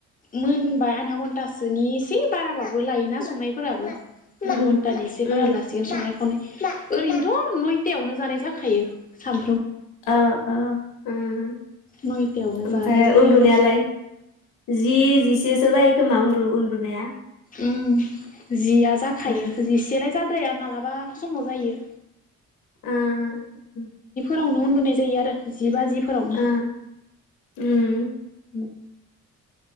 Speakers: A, on the left; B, on the left.
A: मोनबाय आधा घन्टासोनि एसे बाराबाबो लायोना संनायफोराबो आधा
B: उम
A: घन्टानि एसे
B: उम
A: बारा लासिगोन संनाय खावनाय ओरैनोथ' नयथायावनो जानाय जाखायो। साम
B: औ ओ उम
A: नयथायावनो
B: ओमफ्राय
A: जानाय जायो
B: उन्दुनायालाय?
A: आरो
B: जि जिसेसो जायो खोमा उन्दु उन्दुनाया।
A: उम जिया जाखायो
B: ओ
A: जिसेलाय जाद्राया मालाबा समाव जायो।
B: उम
A: फुंआवनो उन्दुनाय जायो आरो जि बाजिफोरावनो
B: उम उम <inaudible>